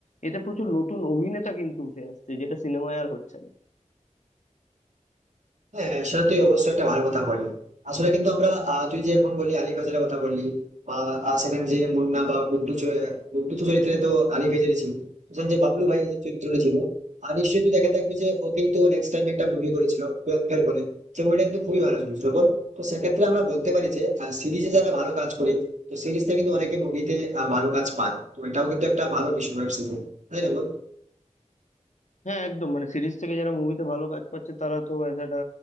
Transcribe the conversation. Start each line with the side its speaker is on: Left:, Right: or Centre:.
Left: এতে প্রচুর নতুন অভিনেতা কিন্তু উঠে আসছে যেটা সিনেমায় আর হচ্ছে না
Right: হ্যাঁ সেটা তুই অবশ্যই একটা ভালো কথা বললি আসলে কিন্তু আমরা আহ, তুই যে এখন বললি আলী ফজলের কথা বললি বা আহ, সেখানে যে মুন্না বা গুড্ডু চ- গুড্ডু তো চরিত্রে তো আলী ফজলে ছিল সেখানে যে বাবলু ভাইয়ের যে চরিত্রটা ছিল আর নিশ্চয়ই তুই দেখে থাকবি যে ও কিন্তু নেক্সট টাইম একটা মুভি করেছিল টুয়েলভ ফেল বলে যে মুভিটা কিন্তু খুবই ভালো চলছিল বল তো সেক্ষেত্রে আমরা বলতে পারি যে সিরিজে যারা ভালো কাজ করে তো সিরিজটা কিন্তু অনেকে মুভিতে ভালো কাজ পায় তো এটাও কিন্তু একটা ভালো বিষয় ওয়েব সিরিজ তাই না বল
Left: হ্যাঁ একদম মানে সিরিজ থেকে যারা মুভিতে ভালো কাজ পাচ্ছে তারা তো as একটা